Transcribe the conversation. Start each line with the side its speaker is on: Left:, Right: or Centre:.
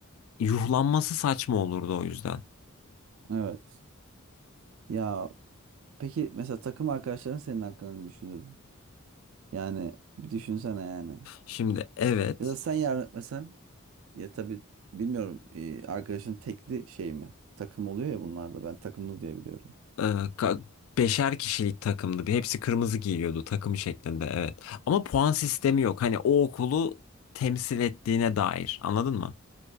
Left: yuhlanması saçma olurdu o yüzden.
Right: Evet. Ya peki mesela takım arkadaşların senin hakkında ne düşünür? Yani bir düşünsene yani.
Left: Şimdi evet
Right: Ya da sen yarın etmesen ya tabii bilmiyorum e, arkadaşın tekli şey mi? Takım oluyor ya bunlarda ben takımlı diye biliyorum.
Left: e, ka- beşer kişilik takımdı. Bir Hepsi kırmızı giyiyordu takım şeklinde evet. Ama puan sistemi yok. Hani o okulu temsil ettiğine dair anladın mı?